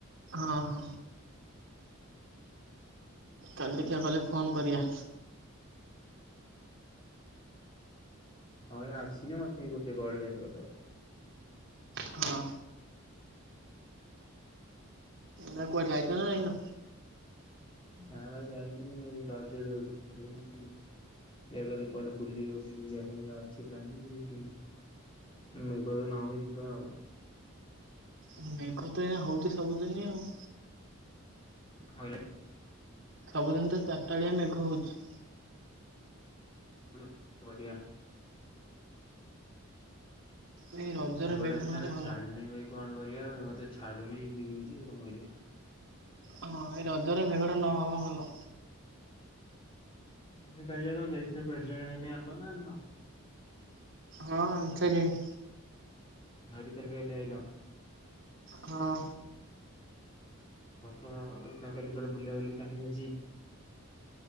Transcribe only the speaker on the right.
ହଁ ହଁ କାଲି ଦେଖିବା ଗଲେ ଫୋନ କରିଆ।
ହଁ। ନା କୁଆଡେ ଯାଇଛ ନା ଯାଇନୁ?
ହୁଁ, ମେଘତ ଏଇନା ହଉଛି ସବୁଦିନ ଆଉ।
ସବୁଦିନ ତ ଚାରିଟାବେଳିଆ ମେଘ ହଉଛି।
ଏଇ ରଜରେ
ମେଘ
ନହେଲେ
ଭଲ
ହଁ, ଏଇ ରଜରେ ମେଘଟା ନ ହବା ଭଲ।
ହଁ ଆଣିସାରିଲିନି।
ହଁ